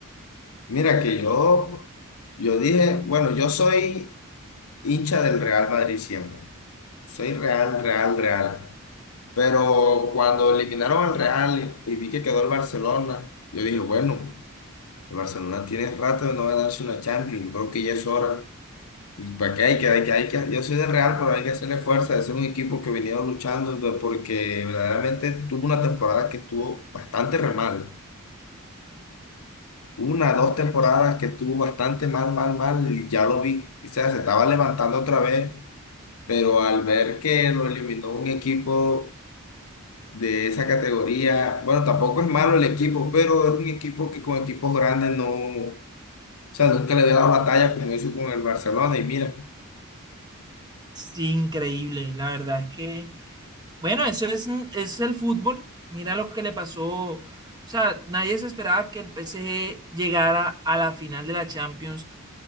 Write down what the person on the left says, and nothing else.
Mira que yo, yo dije, bueno, yo soy hincha del Real Madrid siempre. Soy real, real, real. Pero cuando eliminaron al Real y, y vi que quedó el Barcelona, yo dije, bueno, el Barcelona tiene rato de no ganarse una Champions, yo creo que ya es hora. ¿Y para qué hay que, hay que, hay que? Yo soy del Real, pero hay que hacerle fuerza. Ese es un equipo que venía luchando pues, porque verdaderamente tuvo una temporada que estuvo bastante re mal. Una, dos temporadas que estuvo bastante mal, mal, mal. Y ya lo vi, o sea, se estaba levantando otra vez, pero al ver que lo eliminó un equipo de esa categoría. Bueno, tampoco es malo el equipo, pero es un equipo que con equipos grandes no, o sea, nunca le había dado la talla como hizo con el Barcelona. Y mira,